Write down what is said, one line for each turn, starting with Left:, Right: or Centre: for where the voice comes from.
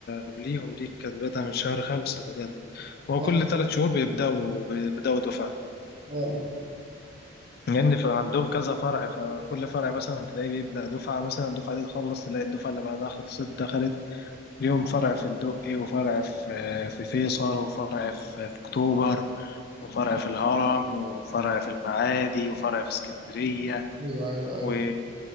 Left: قبليهم دي كانت بادئه من شهر خمسة بجد هو
Right: اه
Left: كل ثلاث شهور بيبداوا بيبداوا دفعه
Right: اه
Left: لان يعني عندهم كذا فرع فكل فرع مثلا تلاقيه بيبدا دفعه مثلا الدفعه دي تخلص تلاقي الدفعه اللي بعدها خلصت دخلت اليوم فرع في الدقي وفرع في في فيصل وفرع في في اكتوبر وفرع في الهرم وفرع في المعادي وفرع في اسكندريه
Right: ايوه ايوه ايوه
Left: و